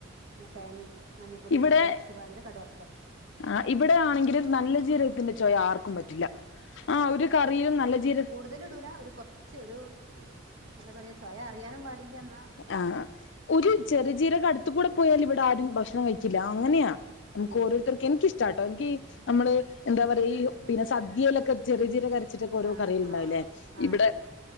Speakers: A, on the right; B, on the left.
A: അ തേങ്ങ്യും മഞ്ഞ പൊടിയുട്ട്
B: ഇവിടെ
A: കാണ്ട് അരച്ചു പാർന്ന് കട് വർക്ക
B: ആഹ് ഇവിടെ ആണെങ്കില് നല്ല ജീരകത്തിന്റെ ചൊയ ആർക്കും പറ്റില്ല ആഹ് ഒരു കറിയിലും നല്ല ജീര
A: ടല് ടുല ഒരു കൊർച്ച് ഒരു ന്താ പറയാ ചൊയ അറിയാനും പാടില്ല ന്നാ
B: ആഹ് ഒരു ചെറിയ ജീരകടുത്ത് കൂടെ പോയാലിവ്ടാരും ഭക്ഷണം കഴിക്കില്ല ആ അങ്ങനെയാ മുക്കോരോരുത്തർക്കെ
A: ഏഹ്
B: നിക്കിഷ്ടാട്ടോ എൻകി നമ്മള് എന്താ പറിയാ ഈ പിന്നെ സദ്യയിലൊക്കെ ചെറിയ ജീരകര ച്ച്ട്ടൊക്കെ ഓരോ
A: ആഹ്
B: കറീല്
A: ആഹ്
B: ണ്ടാവ് ലേ
A: ആഹ്
B: ഇവിടെ
A: ഇണ്ടാവും